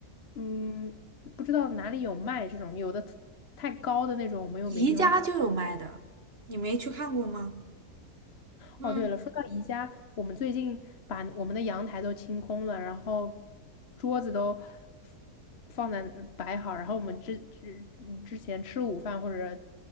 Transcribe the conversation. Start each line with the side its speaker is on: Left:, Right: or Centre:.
Left: 嗯，不知道哪里有卖这种，有的 t- 太高的那种，我们又没地方
Right: 宜家就有卖的，你没去看过吗？嗯，
Left: 哦，对了，说到宜家，我们最近把我们的阳台都清空了，然后桌子都放在摆好，然后我们之之嗯之前吃午饭或者